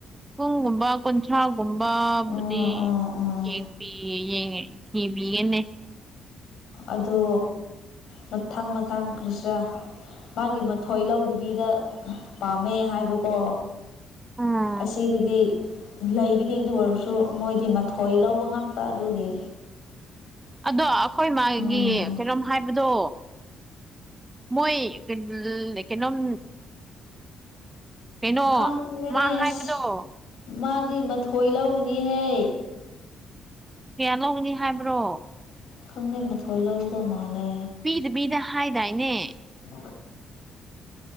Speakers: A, on the right (about 20°); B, on the left (about 75°).
A: ꯄꯨꯡꯒꯨꯝꯕ ꯀꯨꯟꯊ꯭ꯔꯥꯒꯨꯝꯕꯕꯨꯗꯤ
B: ꯑꯣ ꯑꯣ ꯑꯣ
A: ꯀꯦꯡꯄꯤ ꯌꯦꯡꯉ ꯏꯕꯤꯒꯦꯅꯦ
B: ꯑꯗꯣ ꯃꯊꯪ ꯃꯊꯪ ꯈ꯭ꯔꯤꯁꯤꯔ ꯃꯥꯒꯤ ꯃꯊꯣꯏ ꯂꯧꯗꯕꯤꯗ ꯄꯥꯝꯃꯦ ꯍꯥꯏꯕꯀꯣ
A: ꯎꯝ
B: ꯑꯁꯤꯗꯗꯤ ꯂꯩꯒꯤꯅꯤ ꯑꯗꯨ ꯑꯣꯏꯔꯁꯨ ꯃꯣꯏꯗꯤ ꯃꯊꯣꯏ ꯂꯧꯕ ꯉꯥꯛꯇ ꯑꯗꯨꯒꯤ
A: ꯑꯗꯣ ꯑꯩꯈꯣꯏ ꯃꯥꯒꯤ
B: ꯎꯝ
A: ꯀꯩꯅꯣꯝ ꯍꯥꯏꯕꯗꯣ ꯃꯣꯏ <unintelligible> ꯀꯩꯅꯣꯝ ꯀꯩꯅꯣ
B: ꯈꯪꯗꯦꯅꯦ
A: ꯃꯥ ꯍꯥꯏꯕꯗꯣ
B: ꯑꯁ ꯃꯥꯗꯤ ꯃꯊꯣꯏ ꯂꯧꯅꯤꯍꯦ
A: ꯀꯌꯥ ꯂꯧꯒꯅꯤ ꯍꯥꯏꯕ꯭ꯔꯣ
B: ꯈꯪꯗꯦ ꯃꯊꯣꯏ ꯂꯧꯗꯧ ꯃꯥꯜꯂꯦ
A: ꯄꯤꯗ ꯄꯤꯗ ꯍꯥꯏꯗꯥꯏꯅꯦ
B: <unintelligible>